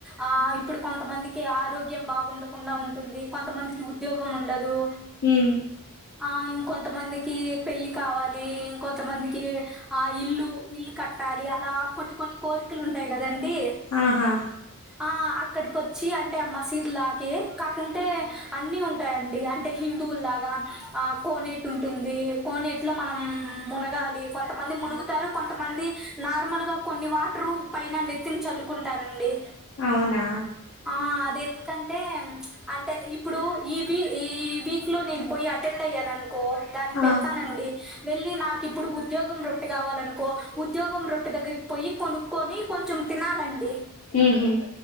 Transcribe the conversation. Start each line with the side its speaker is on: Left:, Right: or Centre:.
Centre: ఆ ఇప్పుడు కొంతమందికి ఆరోగ్యం బాగుండకుండ ఉంటుంది కొంతమందికి ఉద్యోగం ఉండదు
Left: ఉమ్
Centre: ఆ ఇంకొంతమందికి పెళ్ళిక్ ఇం కొంతమందికి ఆ ఇల్లు ఇల్లు కట్టాలి అలా కొన్ని కొన్ని కోరికలు ఉంటాయి కదండి
Left: ఆహా
Centre: ఆ అక్కడికొచ్చి అంటే ఆ మసీద్ లాకి కాకుంటే అన్ని ఉంటాయండి అంట్ టే హిందువుల్లాగా ఆ కోనేట్ ఉంటుంది కోనేట్ లో మనం మునగాలి కొంతమంది మునుగుతారు కొంతమంది నార్మల్ గా కొన్ని వాటర్ పైన నెత్తిన్ చల్లుకుంటారండి
Left: అవునా
Centre: ఆ అదెందుకంటే అంటే ఇప్పుడు ఈ వీ ఈ వీక్ లో నేను పోయి అట్ టెండ్ అయ్యాననుకో దానిక్
Left: ఆ
Centre: వెళ్తానండి వెళ్ళి నాకిప్పుడు ఉద్యోగం రొట్టె కావాలనుకో ఉద్యోగం రొట్టె దగ్గరిక్ పొయ్యి కొనుక్కొని కొంచెం తినాలండి
Left: ఉహు